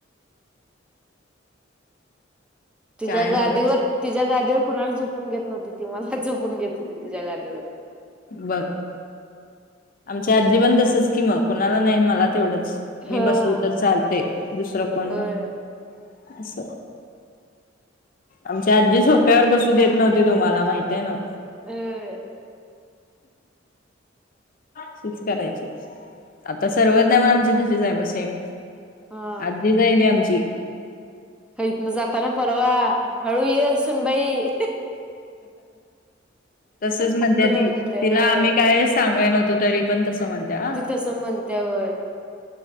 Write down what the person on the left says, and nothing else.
काय
नवच
इ
बघ आमच्या आजी पण तसच की म कोणाला नाही मला तेवढंच
मी बसलो तर चालतेय दुसरं कोण
नाही अस आमच्या आजी सोप्यावर बसू देत नव्हती तुम्हाला माहतीय आहे ना
च करायची आता सर्वज्ञ पण आमची तशीच आहे ब सेम
आजीच आहे ती आमची
तसच म्हणते
ती
तिला
आम्ही काय सांगाय नव्हतो तरी पंत समणत्या